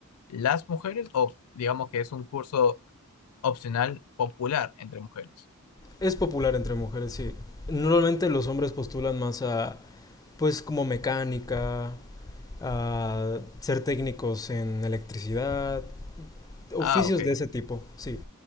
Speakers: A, on the left; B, on the left.
A: las mujeres o digamos que es un curso opcional popular entre mujeres?
B: Es popular entre mujeres, sí. Normalmente los hombres postulan más a, pues, como mecánica, a ser técnicos en electricidad, oficios
A: Ah, ok.
B: de ese tipo, sí.